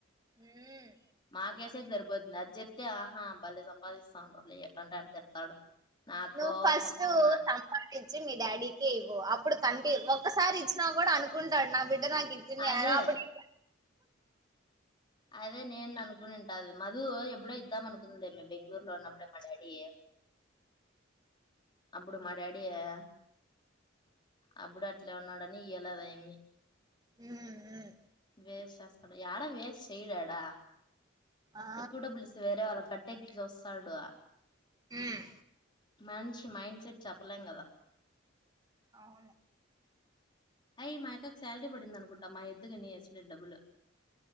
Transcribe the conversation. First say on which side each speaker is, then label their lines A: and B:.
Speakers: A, on the right; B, on the left.
A: ఉమ్
B: మాకు వెసికి సరిపోతుంది అది చెప్తే ఆ బలి సంపాదిస్తాండలీ ఏంటంటే అట తిడతాడు నాకు
A: నువ్వు
B: కోపం
A: ఫస్ట్
B: వస్తుంది మా
A: సంపాదించి మీ డాడీకే ఇవ్వు అప్పుడు కనిపి ఒక్కసారి ఇచ్చినా కూడా అనుకుంటాడు నా బిడ్డ ఇ నాతందినప్పుడు
B: అదే
A: <inaudible>
B: అదే నేను అనుకున్ ఉంటది మధు ఎప్పుడో ఇద్దాం అనుకుందిలేమ బెంగళూరు లో ఉన్నప్పుడే మా డాడీ అప్పుడు మా డాడీ అడి అప్పుడు అట్లే ఉన్నాడని ఇయలేద అమ్మి
A: మ్మ్ మ్మ్
B: వేస్ట్ చేస్తాడు యడా వేస్ట్ చేయడు యాడ
A: ఆ
B: ఎక్కువ డబ్బులు ఇస్తే వేరే వాళ్ళ కట్ట వస్తాడు
A: మ్మ్
B: మనిషి మైండ్ సెట్ చెప్పలేం కదా
A: అవును
B: అయి మా అక్క కు శాలరీ పడిందనుకుంటా మా ఎద్దుకని వేసిన డబ్బులు